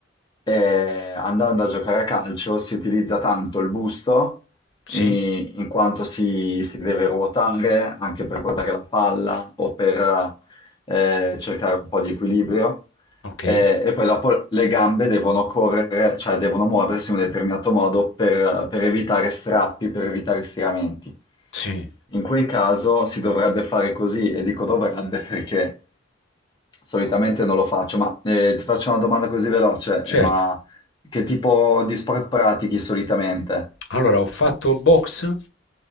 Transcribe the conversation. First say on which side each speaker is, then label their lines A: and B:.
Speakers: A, on the left (about 25°); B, on the left (about 85°).
A: E andando a giocare a calcio si utilizza tanto il busto,
B: sì,
A: in, in quanto si, si deve ruotare anche per guardare la palla o per eh, cercare un po' di equilibrio.
B: ok,
A: Eh, e poi dopo le gambe devono correre, cioè devono muoversi in un determinato modo per, per evitare strappi, per evitare stiramenti.
B: sì,
A: In quel caso si dovrebbe fare così, e dico dovrebbe perché solitamente non lo faccio, ma eh, ti faccio una domanda così veloce,
B: certo.
A: eh, ma che tipo di sport pratichi solitamente?
B: Allora, ho fatto boxe,